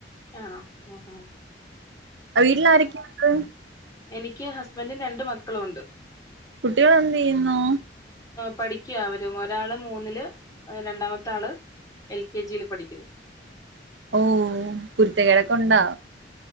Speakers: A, on the left; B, on the right.
A: ആഹ ആ ഹ
B: ആ വീട്ടില ആരൊക്കെയത്
A: എനിക്ക് ഹസ്ബൻഡും രണ്ട് മക്കളുമുണ്ട്
B: കുട്ടികൾ എന്ത് ചെയ്യുന്നോ
A: പഠിക്ക്യ അവര് ഒരാള് മൂന്നില് രണ്ടാമത്തെ ആള് എൽ കെ ജിയില് പഠിക്ക്ന്ന്
B: ഓ കുരുത്തകേട് ഒക്കെ ഉണ്ടാ